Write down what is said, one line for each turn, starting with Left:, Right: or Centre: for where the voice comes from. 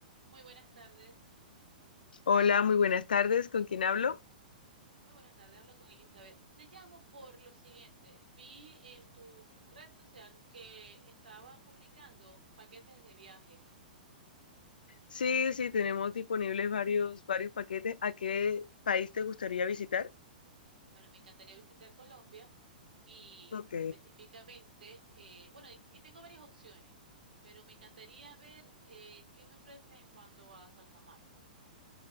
Right: Muy buenas tardes.
Left: Hola, muy buenas tardes. ¿Con quién hablo?
Right: Muy buenas tardes. Habla con Elizabeth. Te llamo por lo siguiente. Vi en tu red social que estabas publicando paquetes de viaje.
Left: Sí, sí, tenemos disponibles varios, varios paquetes. ¿A qué país te gustaría visitar?
Right: Bueno, me encantaría visitar Colombia y
Left: Ok.
Right: específicamente, eh, bueno, y, y tengo varias opciones, pero me encantaría ver eh, qué me ofreces en cuanto a Santa Marta.